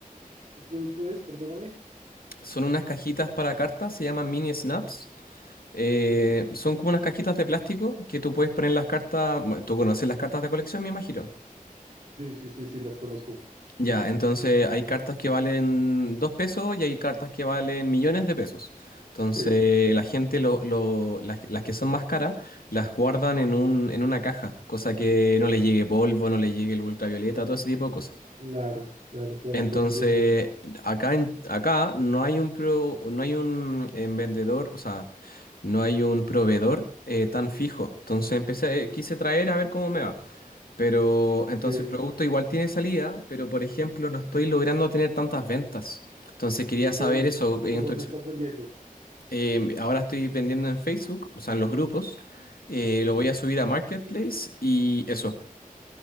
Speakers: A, on the right; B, on the left.
A: producto es? Perdóname.
B: Son unas cajitas para cartas, se llaman mini snaps. Eh,
A: Sí,
B: son como unas cajitas de plástico que tú puedes poner las cartas. bueno, Tú conoces las cartas de colección, me imagino.
A: sí, sí, sí, sí, las conozco.
B: Ya, entonces hay cartas que valen dos pesos y hay cartas que valen millones de pesos. Entonces
A: Sí,
B: la gente, lo- lo- las, las que son más caras, las guardan en un, en una caja, cosa que no les llegue polvo, no les llegue el ultravioleta, todo ese tipo de cosas.
A: claro, claro, claro,
B: Entonces,
A: te entiendo.
B: acá, en- acá no hay un, pro- no hay un eh, vendedor, o sea, no hay un proveedor eh, tan fijo. Entonces empecé, quise traer a ver cómo me va. Pero
A: Ok,
B: entonces el producto igual tiene salida, pero por ejemplo no estoy logrando tener tantas ventas. Entonces quería
A: ok,
B: saber eso. eh,
A: ¿por
B: en
A: dónde
B: tu exp-
A: estás vendiendo?
B: eh, ahora estoy vendiendo en Facebook, o sea, en los grupos. Eh,
A: Sí.
B: lo voy a subir a Marketplace y eso.